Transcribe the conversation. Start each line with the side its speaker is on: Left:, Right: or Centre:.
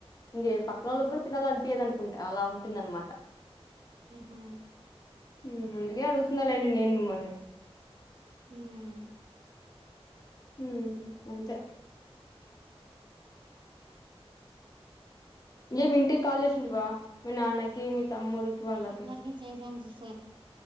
Left: ఇంకే
Right: మ్మ్
Left: పక్కనోళ్ళకి కూడా తినాలని అనిపియ్యదు అనుకుంటే అలా ఉంటుందనమాట.
Right: ఉహూ
Left: ఉమ్ అందుకే అడుగుతున్న లెండి నేను మిమ్మల్ని
Right: ఉమ్
Left: ఉమ్ అంతే ఏం ఇంటికి కాల్ చేసి ఉంటివా మీ నాన్నకి మి తమ్ముడి ఇకి వాళ్ళకి
Right: అందరికి చేసాం సిస్టర్